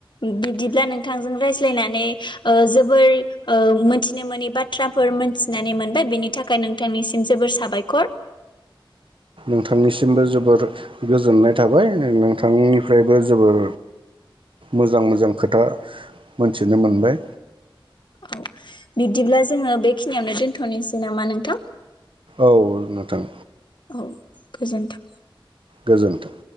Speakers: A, on the left (about 60°); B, on the right (about 70°).
A: बिदिब्ला नोंथांजों रायज्लायनानै ओ जोबोर ओ मोनथिनो मोनि बाथ्राफोर मोनथिनानै मोनबाय बिनि थाखाय नोंथांनिसिम जोबोर साबायखर।
B: नोंथांनिसिमबो जोबोर गोजोननाय थाबाय नों-नोंथांनिफ्रायबो जोबोर मोजां मोजां खोथा मोनथिनो मोनबाय।
A: औ बिदिब्ला जोङो बेखिनियावनो दोनथ'नोसै नामा नोंथां?
B: औ नोंथां।
A: औ गोजोन्थों।
B: गोजोन्थों।